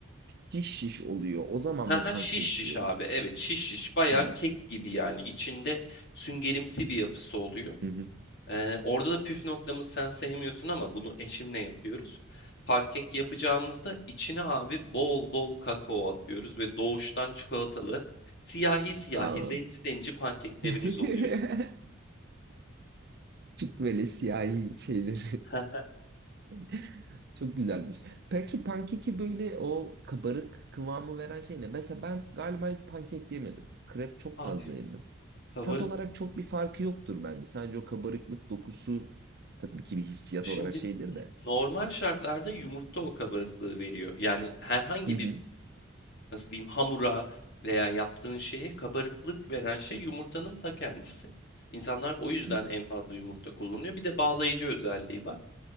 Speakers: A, on the right; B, on the left.
A: Şiş şiş oluyor. O zaman
B: Ha
A: mı
B: ha
A: pankek
B: şiş şiş
A: diyoruz?
B: abi. Evet şiş şiş. Baya
A: Tamam.
B: kek gibi yani. İçinde süngerimsi bir yapısı oluyor.
A: Hı hı.
B: Ee, orada da püf noktamız sen sevmiyorsun ama bunu eşimle yapıyoruz. Pankek yapacağımızda içine abi bol bol kakao atıyoruz ve doğuştan çikolatalı siyahi siyahi
A: <laughs> Aa,
B: zenci zenci pankeklerimiz
A: <laughs>
B: oluyor.
A: Küçük böyle siyahi şeyleri.
B: <laughs>
A: <laughs> Çok güzelmiş. Peki pankeki böyle o kabarık kıvamı veren şey ne? Mesela ben galiba hiç pankek yemedim. Krep çok
B: Abi
A: fazla yedim.
B: kabarık
A: Tat olarak çok bir farkı yoktur bence. Sadece o kabarıklık dokusu tabii ki bir hissiyat
B: şimdi
A: olarak şeydir de.
B: normal şartlarda yumurta o kabarıklığı veriyor. Yani herhangi
A: Hı hı.
B: bir nasıl diyeyim hamura veya yaptığın şeye kabarıklık veren şey yumurtanın ta kendisi. İnsanlar o yüzden
A: Hı hı.
B: en fazla yumurta kullanıyor. Bir de bağlayıcı özelliği var.